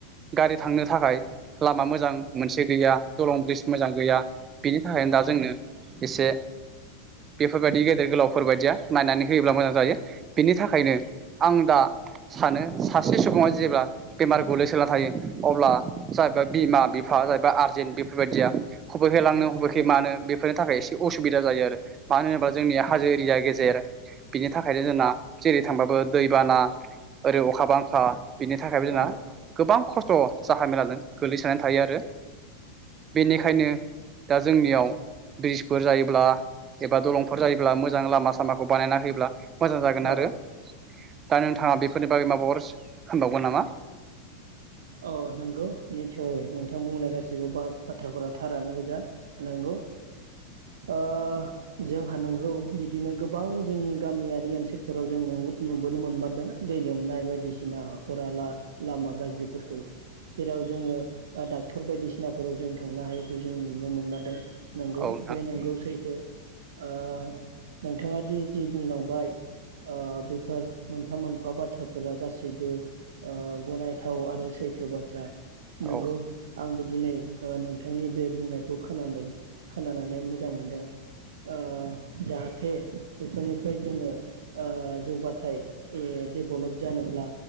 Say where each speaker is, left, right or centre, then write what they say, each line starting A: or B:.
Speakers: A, on the right (about 25°); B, on the right (about 60°).
A: गारि थांनो थाखाय लामा मोजां मोनसे गैया दलं ब्रिज मोजां गैया बेनि थाखायनो दा जोंनो एसे बेफोरबायदि गेदेर गोलावफोरबायदिया नायनानै होयोब्ला मोजां जायो बेनि थाखायनो आं दा सानो सासे सुबुङा जेब्ला बेमार गोलैसोनानै थायो अब्ला जाहबा बिमा बिफा जाहैबा आरजेेनट बेफोरबायदिया। हबेखे लांनो हबेखे मानो बे बेफोरनि थाखाय एसे असुबिदा जायो आरो मानो होनोब्ला जोंनिया हाजो एरिया गेजेर बिनि थाखायनो जोंना जेरै थांबाबो दैबाना ओरै अखा बांखा बिनि थाखायबो जोंना
B: औ
A: गोबां खस्थ' जाहामेलाजों गोग्लैसोनानै थायो आरो बेनिखायनो दा जोंनियाव ब्रिजफोर जायोब्ला एबा दलंफोर जायोब्ला मोजां लामा सामाखौ बानायना होयोब्ला मोजां जागोन
B: औ
A: आरो
B: औ
A: दा नोंथाङा बेफोरनि बागै माबाफोर होनबावगोन नामा?
B: औ नंगौ निसय नोंथां बुंनाय गासैबो बा बाथ्राफोरा थारानो गोजा नंगौ ओ जोंहा नोंगौ बिदिनो गोबां जोंनि गामियारि ओनसोलफोराव जों न नुबोनो मोनमारदों दै लोमनाय बायदिसिना हाखरहाला लामा गाज्रिफोरखौ ओ जेराव जोङो डाक्टर बायदिसिनाफोराव जों थांनो हायैखौ जों नुनो मोनना दों नंगौ
A: औ नोंथां
B: बे नंगौ सैथो। ओ नोंथाङा दि जि बुंलांबाय ओ बेफोर मोनफा मोनफा बाथ्राफोरा गासैबो ओ गनायथाव आरो सैथो बाथ्रा नंगौ
A: औ
B: आं बिदि दिनै ओ नोंथांनि बे बुंनायखौ खोनादों खोनानानै मोजां मोनदों ओ जाहाथे बेफोरनिफ्राय जोङो ओ जौगाथायाइ डेभेलप जानोब्ला